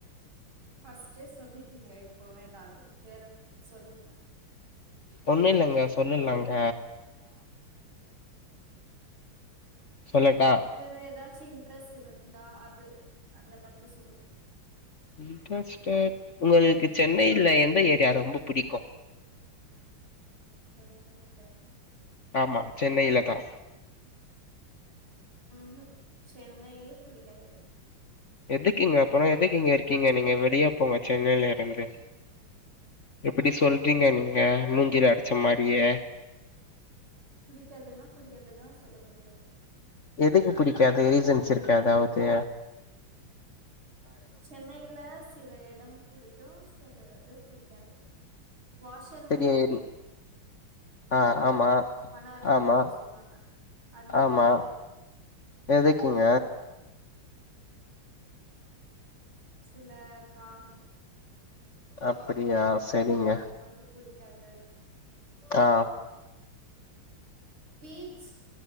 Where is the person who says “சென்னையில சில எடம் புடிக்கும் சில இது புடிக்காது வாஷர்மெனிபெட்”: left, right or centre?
Right